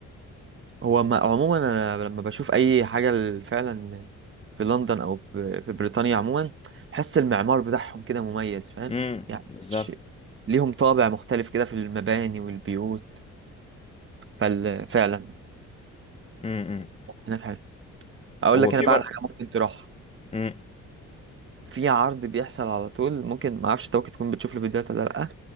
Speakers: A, on the right; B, on the left.
A: هو ما عموما انا لما بشوف اي حاجه ال- فعلا في لندن او في في بريطانيا عموما بحس المعمار بتاعهم كده مميز فاهم
B: امم
A: يعني
B: بالظبط
A: ش- ليهم طابع مختلف كده في المباني والبيوت ففعلا
B: امم
A: هناك حلو اقول
B: هو
A: لك
B: في
A: انا بقى
B: بر
A: على حاجه ممكن تروح
B: امم
A: في عرض بيحصل على طول ممكن ما اعرفش انت ممكن تكون بتشوف الفيديوهات ولا لا